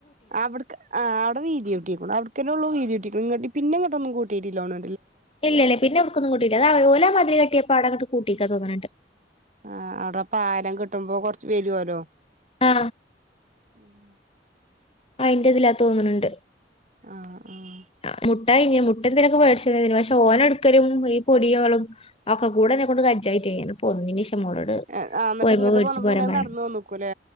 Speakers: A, on the right; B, on the left.
A: അവിട്ക് ആ അവിടെ വീതിയ <unintelligible> <unintelligible> പിന്നെങ്ങട്ടൊന്നും കൂട്ട് രീതിലോണ്
B: ഇല്ല ഇല്ല പിന്നെവിട്ക്കൊന്നും കൂട്ടില്ല അത ഓലതിരി കട്ടിയ പാടെങ്ങട്ട് കൂട്ടിക്കാ തോന്ന്ണ് ണ്ട്
A: ആ അടെ പാലം കെട്ടുമ്പോ കൊറച്ച് വരുവല്ലോ
B: ആ
A: ഉം
B: ആ അയ്ന്റെത് ലാ തോന്ന്ണ് ണ്ട്
A: ആ
B: <unintelligible>
A: ആ
B: മുട്ട ഇങ്ങനെ മുട്ട എന്തെലൊക്കെ പേടിച്ച പക്ഷെ ഓനടുക്കരും ഈ പൊടികളും ഒക്കെ കൂടെട എന്നെ കൊണ്ട് ക്ജായിട്ട് ഇ പൊന്നി മോളോട്
A: ആ എന്നിട്ട്
B: പോര്മ്പം
A: ഇങ്ങട്ട്
B: വേട്ച്ച്
A: പോന്നപ്പോ
B: പോരാൻ
A: പിന്നെ അത്
B: പറയാനാ
A: നടന്നു വന്നക്കൂല്ലേ